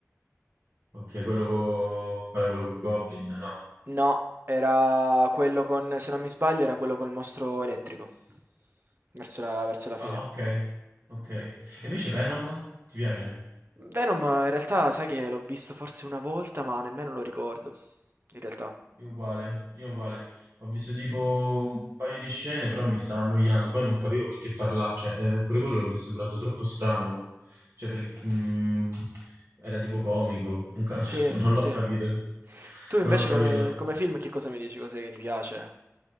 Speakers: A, on the right; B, on the right.
A: Ok, quello con... qual è quello con Goblin? No.
B: No, era quello con, se non mi sbaglio, era quello col mostro elettrico. Verso la, verso la fine.
A: Ah, ok. Ok. E invece Venom? Ti piace?
B: Venom, in realtà, sai che l'ho visto forse una volta, ma nemmeno lo ricordo. In realtà.
A: Io uguale, io uguale. Ho visto tipo un paio di scene, però mi stava annoiando. Poi non capivo perché parlava, cioè, eh, pure quello mi è sembrato troppo strano. Cioè, perché mm, era tipo comico. Non, ca-
B: Sì,
A: <laughs> non
B: sì.
A: l'ho capito.
B: Tu invece
A: Non l'ho capito.
B: come, come film che cosa mi dici? Cos'è che ti piace?